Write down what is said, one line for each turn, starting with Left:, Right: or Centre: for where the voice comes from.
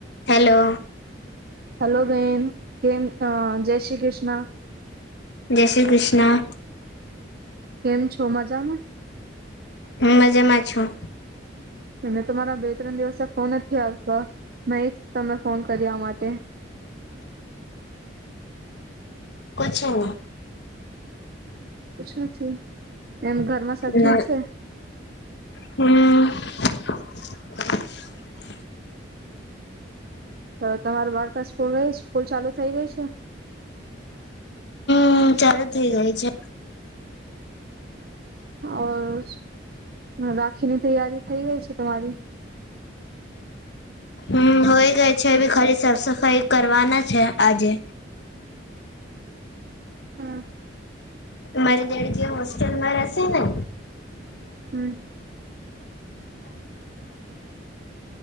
Left: Hello.
Right: Hello, બેન. કેમ હા, જય શ્રી કૃષ્ણ.
Left: જય શ્રી કૃષ્ણ.
Right: કેમ છો મજામાં?
Left: હું મજામાં છું.
Right: હું ને તમારા બે, ત્રણ દિવસ ફોન અજ જ્યાર તા મૈ ઇજ તમે ફોન કર્યો આ માટે
Left: પછો.
Right: પછું છું, એમ ઘરમાં સબ ઠીક
Left: ના
Right: છે?
Left: હમ <inaudible>
Right: તો તમારો બાળકા સ્કૂલ રહી સ્કૂલ ચાલુ થઈ ગઈ છે?
Left: હમ્મ, ચાલુ થઇ ગઈ છે.
Right: ઔર રાખીની તૈયારી થઈ ગઈ છે તમારી?
Left: હમ્મ, હોય ગઈ છે અભી ખાલી સાફ સફાઈ કરવાના છે આજે.
Right: હમ્મ.
Left: મારી દેઢગી હોસ્ટેલમાં રહેશે ને.
Right: હમ